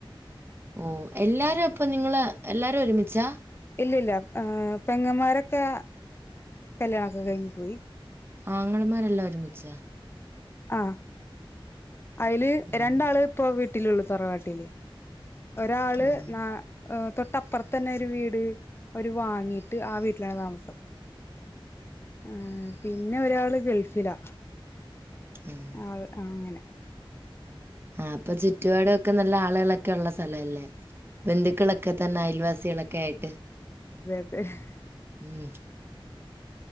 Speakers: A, on the right; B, on the left.
A: ഓ എല്ലാരും ഇപ്പൊ നിങ്ങള് എല്ലാരും ഒരുമിച്ചാ
B: ഇല്ല ഇല്ല പെങ്ങന്മാരൊക്കെ കല്യാണംക്കെ കഴിഞ്ഞ് പോയി
A: ആംഗളമാരെല്ലാം ഒരുമിച്ചാ
B: ആ അയില്
A: ഓഹ്
B: രണ്ടാള് ഇപ്പൊ വീട്ടിലള്ളു തറവാട്ടീയില് ഒരാള്
A: ആഹ്
B: ന ഓ തൊട്ടപ്പുറത്ത തന്നെ ഒരു വീട് അവര് വാങ്ങിീട്ട് ആ വീട്ടിലാണ് താമസം ആ പിന്നെ ഒരാള് ഗൾഫിലാ
A: ആഹ്
B: ആ അങ്ങനെ
A: ആ അപ്പൊ ചുറ്റുപാടൊക്കെ നല്ല ആളുളൊക്കെ ഉള്ള സ്ഥലല്ലേ ബന്ധുക്കളൊക്കെ തന്നെ അയൽവാസികളൊക്കെ ആയിട്ട്
B: ഉം ഹ്
A: ഉം